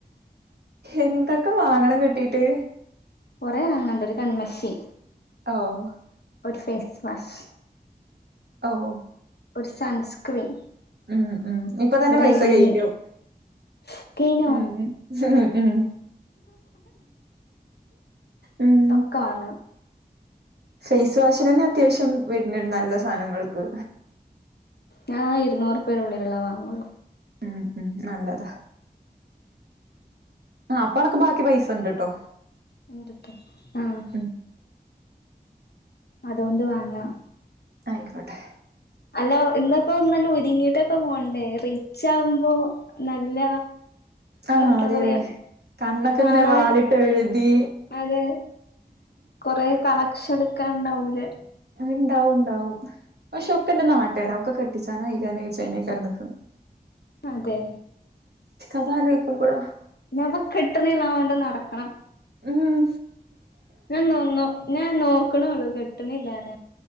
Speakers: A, on the right (about 85°); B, on the left (about 80°).
A: എന്തൊക്കെ വാങ്ങണം കിട്ടീട്ട്
B: കുറേ വാങ്ങാണ്ട് ഒരു കൺമഷി
A: ഓഹ്
B: ഒരു ഫേസ് വാഷ്
A: ഓഹ്
B: ഒരു സൺസ്ക്രീൻ
A: ഉം ഉം ഇപ്പൊ തന്നെ
B: ഒരു
A: പൈസ
B: ഐലീന്
A: കയ്ഞ്ഞു
B: സ്കിനോ
A: ഉം ഉം ഉം ഉം
B: ഒക്ക വാങ്ങണം
A: ഫേസ് വാഷനന്നെ അത്യാവശ്യം വര്ന്ണ്ട് നല്ല സാധനങ്ങൾക്ക്
B: ഞാ ഇരുന്നൂരൂപയേന്റെ ഉള്ളില്ള്ളതേ വാങ്ങോള്ളൂ
A: ഉം ഉം നല്ലതാ അ അപ്പൊ അണക്ക് ബാക്കി പൈസ ണ്ട്ട്ടോ
B: ഇണ്ട്ട്ടോ ആഹ്
A: ഉം
B: അതോണ്ട് വാങ്ങാം
A: ആയ്ക്കോട്ടെ
B: അല്ല ഇന്നപ്പോ നല്ല ഒരുങ്ങിട്ടൊക്കെ പോണ്ടേ റിച്ചാകുമ്പോ നല്ല
A: ആഹ്
B: എന്താ
A: അതെ
B: പറയാ
A: തെ കണ്ണൊക്കെ
B: കാണാൻ
A: ഇങ്ങനെ വാലിട്ടഴുതി
B: അതെ കൊറെ കളക്ഷടുക്കാണ്ടാവൂലേ
A: ഇണ്ടാവുംണ്ടാവും പക്ഷെ ഒക്കെ ന്റെ നാട്ടേര ഒക്കക്കെട്ടിച്ചാനായ്ക്ക്‌നോ ചോയിക്കാനാക്കാരം നിക്ക്‌ണേ
B: അതെ
A: അതാലോയിക്കുമ്പോഴ
B: ഇന്നപ്പ കിട്ടുന്നില്ലാവണ്ട നടക്കണം
A: ഉം
B: ഞാൻ നിന്നു ഞാൻ നോക്ക്ണുള്ളു കെട്ടുന്നില്ലാര